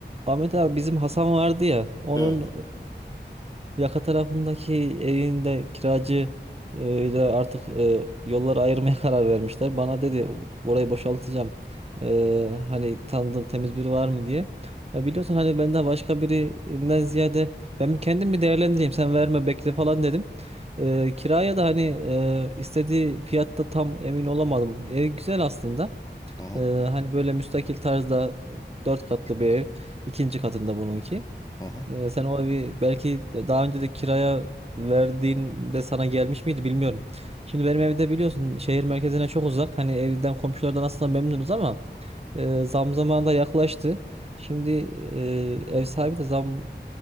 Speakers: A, on the right (about 35°); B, on the left (about 20°).
A: Ahmet abi bizim Hasan vardı ya onun
B: Evet.
A: e, yaka tarafındaki evinde kiracı e, ile artık e, yolları ayırmaya <laughs> karar vermişler. Bana dedi orayı boşaltacağım. E, hani tanıdığın temiz biri var mı diye. Ya biliyorsun hani benden başka birinden ziyade ben kendim mi değerlendireyim sen verme bekle falan dedim. E, kiraya da hani e, istediği fiyatta tam emin olamadım. Ev güzel aslında.
B: Hı hı.
A: Ee, hani böyle müstakil tarzda dört katlı bir ev. ikinci katında bununki.
B: Hı hı.
A: Ee, sen o evi belki daha önce de kiraya verdiğinde sana gelmiş miydi bilmiyorum. Şimdi benim evde biliyorsun şehir merkezine çok uzak. Hani evden komşulardan aslında memnunuz ama e, zam zamanı da yaklaştı. Şimdi e, ev sahibi de zam